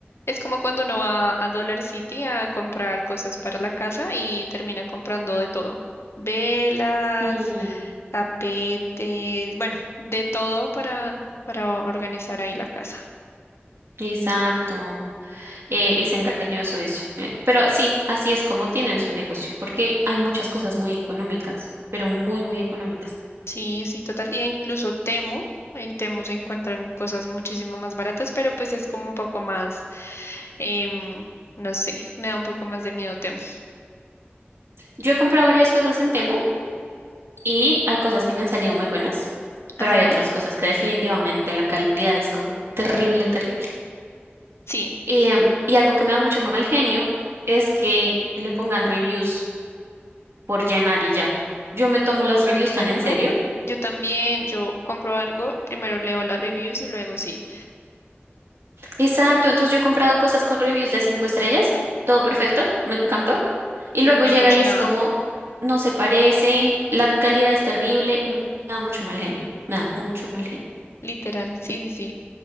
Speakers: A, on the left; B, on the right.
A: Es como cuando uno va a Dollar City a comprar cosas para la casa y termina comprando de todo. Velas,
B: Sí,
A: tapetes, bueno, de todo para, para organizar ahí la casa.
B: exacto. Eh, es engañoso eso. Eh, pero sí, así es como tienen su negocio, porque hay muchas cosas muy económicas, pero muy, muy económicas.
A: Sí, sí, total. Y incluso Temu, en Temu se encuentran cosas muchísimo más baratas, pero pues es como un poco más, em, no sé, me da un poco más de miedo Temu.
B: Yo he comprado varias cosas en Temu y hay cosas que me han salido muy buenas,
A: Ajá,
B: pero hay otras cosas que definitivamente la calidad es como terrible, terrible.
A: sí,
B: Em, y algo que me da mucho mal genio es que le pongan reviews por llenar y ya. Yo me tomo las reviews
A: cierto.
B: tan en serio.
A: Yo también, yo compro algo, primero leo las reviews y luego sí.
B: Exacto, entonces yo he comprado cosas con reviews de cinco estrellas, todo perfecto, me encantó. Y
A: Y
B: luego
A: es una
B: llega
A: cochinada,
B: y es como, no se parece, la calidad es terrible, me da mucho mal genio, me da mucho mal genio.
A: literal. Sí, sí, sí,